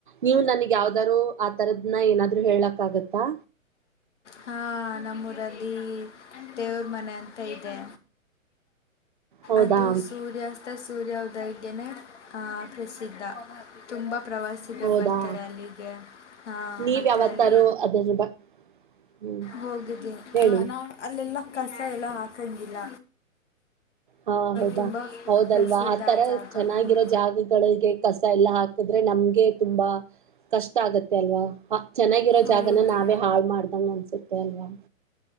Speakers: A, on the right (about 35°); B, on the left (about 55°).
A: ನೀವು ನನಗ್ ಯಾವ್ದಾರು ಆ ತರದ್ನ ಏನಾದ್ರು ಹೇಳಕ್ ಆಗತ್ತಾ
B: ಹಾ ನ ಪ್ರದೀಪ್ ದೇವ್ರ ಮನೆ ಅಂತ ಇದೆ
A: ಹೌದಾ
B: ಅದು ಸೂರ್ಯಾಸ್ತ ಸೂರ್ಯೋದಯೋಗ್ಯನ ಪ್ರಸಿದ್ಧ ತುಂಬ ಪ್ರವಾಸಿಗರು
A: ಹೌದಾ
B: ಬರ್ತಾರೆ ಅಲ್ಲಿಗೆ
A: ನೀವ್
B: ಮತ್ತು
A: ಯಾವತ್ತಾರು
B: ಅಲ್ಲಿ
A: ಅದ್ರ ಬ ಹ್ಮ್
B: ಹೋಗಿದ್ದೀನಿ
A: ಹೇಳಿ
B: ನಾವು ಅಲ್ಲೆಲ್ಲ ಕಸ ಎಲ್ಲ ಹಾಕಂಗಿಲ್ಲ
A: ಹಾ ಹೌದಾ
B: ತುಂಬ
A: ಹೌದಲ್ವಾ
B: ಪ್ರಸಿದ್ಧ
A: ಆತರ
B: ಆ ಜಾಗ
A: ಚೆನ್ನಾಗಿರೋ
B: ಹ್ಮ್.
A: ಜಾಗಗಳಿಗೆ ಕಸ ಎಲ್ಲಾ ಹಾಕಿದ್ರೆ ನಮ್ಗೆ ತುಂಬಾ ಕಷ್ಟ ಆಗತ್ತೆ ಅಲ್ವಾ ಚೆನ್ನಾಗಿರೋ
B: ಹೌದು
A: ಜಾಗನ ನಾವೇ ಹಾಳ ಮಾಡ್ದಂಗ ಅನ್ಸುತ್ತೆ ಅಲ್ವಾ